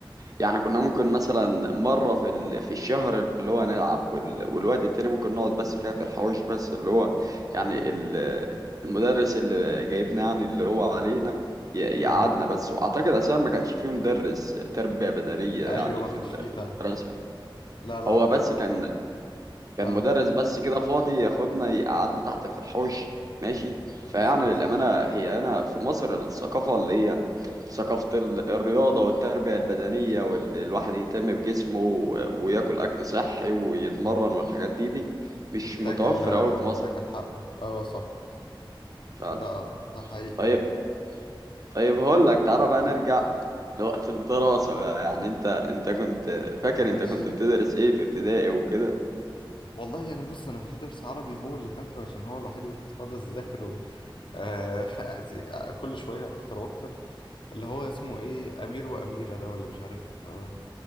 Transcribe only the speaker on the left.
صح
اه
ايوه
ما
كانش
فيه
فعلا
لا لا
ما كان
اه
بالظبط
صح
متاكل
متاكل
حقه اه صح
ده ده حقيقي
يعني.
ماشي
والله انا بص انا في درس عربي هو اللي فاكره عشان هو الوحيد اللي كنت فاضي اذاكره آه <laughs> زي- كل شويه اكتر واكتر اللي هو اسمه ايه امير واميره ده ولا مش عارف آه